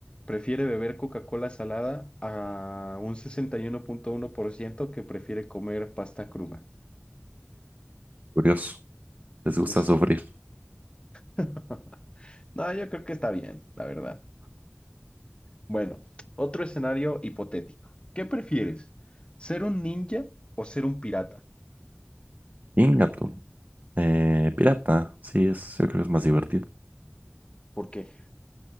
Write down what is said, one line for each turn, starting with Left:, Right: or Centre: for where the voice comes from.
Left: prefiere beber Coca-Cola salada a un sesenta y uno uno punto uno por ciento que prefiere comer pasta cruda.
Right: Curioso. Les gusta
Left: Es...
Right: sufrir.
Left: <laughs> No, yo creo que está bien, la verdad. Bueno, otro escenario hipotético. ¿Qué prefieres? ¿Ser un ninja o ser un pirata?
Right: Ingato. Eh, pirata. Sí, es, yo creo que es más divertido.
Left: Porque